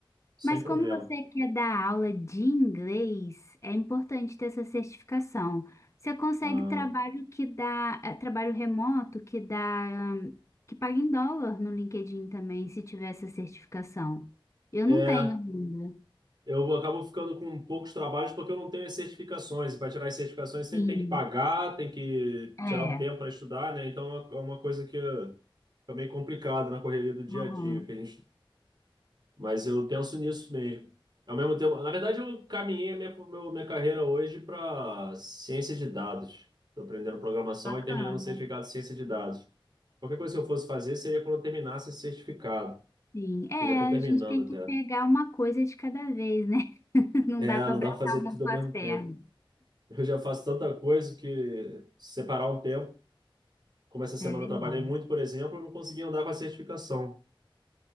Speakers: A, on the right (about 50°); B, on the left (about 35°).
A: sem
B: Mas
A: problema.
B: como você quer dar aula de inglês, é importante ter essa certificação. Você consegue
A: Ah,
B: trabalho que dá, eh, trabalho remoto que dá, hum, que paga em dólar no LinkedIn também, se tiver essa certificação. Eu
A: é,
B: não tenho ainda.
A: eu acabo ficando com poucos trabalhos porque eu não tenho as certificações. E para tirar as certificações sempre
B: Sim,
A: tem que pagar, tem que
B: é.
A: tirar um tempo para estudar, né? Então é uma coisa que fica meio complicada na correria do dia
B: Uhum.
A: a dia que a gente. Mas eu penso nisso mesmo. Ao mesmo tempo, na verdade, eu caminhei a minha, meu- minha carreira hoje para ciência de dados. Estou aprendendo programação
B: Bacana.
A: e terminando o certificado de ciência de dados. Qualquer coisa que eu fosse fazer seria quando eu terminasse esse certificado.
B: Sim, é,
A: Que já estou terminando
B: a gente tem
A: até.
B: que pegar uma coisa de cada vez, né? <laughs> Não
A: É,
B: dá
A: não
B: para abraçar
A: dá para fazer
B: o mundo
A: tudo
B: com
A: ao mesmo
B: as pernas.
A: tempo. Eu já faço tanta coisa que se separar um tempo, como essa semana
B: É verdade.
A: eu trabalhei muito, por exemplo, eu não consegui andar com a certificação.